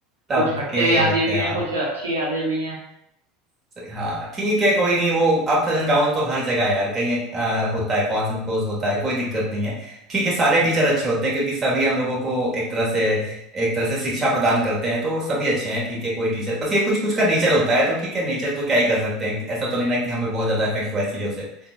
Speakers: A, on the right; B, on the right.
A: सबके
B: कुछ खट्टे यादें
A: होते
B: भी
A: हैं
B: हैं कुछ अच्छी यादें भी हैं
A: हाँ ठीक है कोई नहीं वो अप एंड डाउन तो हर जगह है यार कहीं आ, होता है कॉन्स एंड प्रोस होता है कोई दिक्कत नहीं है ठीक है सारे टीचर अच्छे होते हैं क्योंकि सभी हम लोगों को एक तरह से एक तरह से शिक्षा प्रदान करते हैं तो सभी अच्छे हैं ठीक है कोई टीचर बस ये कुछ कुछ का नेचर होता है तो ठीक है नेचर तो क्या ही कर सकते हैं ऐसा तो नहीं ना कि हमें बहुत ज्यादा इफेक्ट हुआ है चीजों से